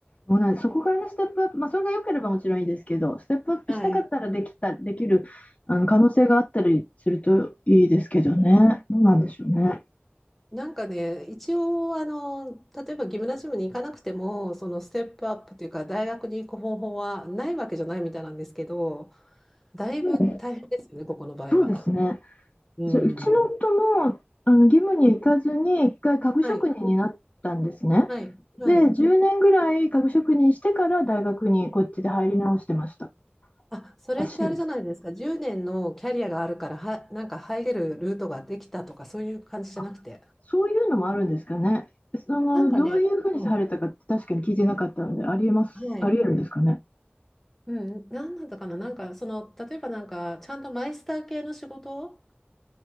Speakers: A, on the left; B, in the centre.
A: そうなんです。そこからステップアップ、まあ、それが良ければもちろんいいですけど、ステップアップしたかったらできた、
B: はい。
A: できる、あの、可能性があったりするといいですけどね。どうなんでしょうね。
B: なんかね、一応、あの、例えばギムナジムに行かなくても、そのステップアップというか、大学に行く方法はないわけじゃないみたいなんですけど、だいぶ大変ですよね、
A: うん、
B: ここの場合は。
A: そうですね。
B: うん。
A: それうちの夫も、あの、義務に行かずに、一回家具職人になったんですね。
B: はい、はい、はい。
A: で、10年ぐらい家具職人してから大学にこっちで入り直してました。
B: あ、それってあれじゃないですか、
A: らしいです。
B: 10年のキャリアがあるからは、なんか入れるルートができたとか、そういう感じじゃなくて。
A: あ、そういうのもあるんですかね。その、
B: なんかね、
A: どういうふうにされたかって確かに聞いてなかったので、
B: うん。
A: ありえます、
B: はい。
A: ありえるんですかね。
B: うん、なんだったかな、なんかその例えばなんかちゃんとマイスター系の仕事